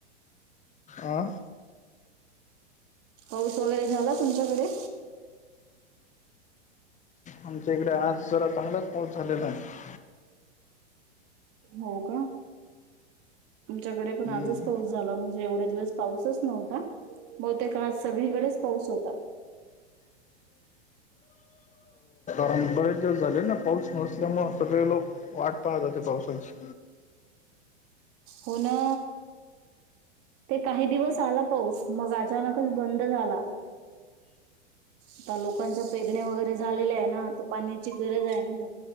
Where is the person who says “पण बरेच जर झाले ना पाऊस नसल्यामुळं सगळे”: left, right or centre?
Left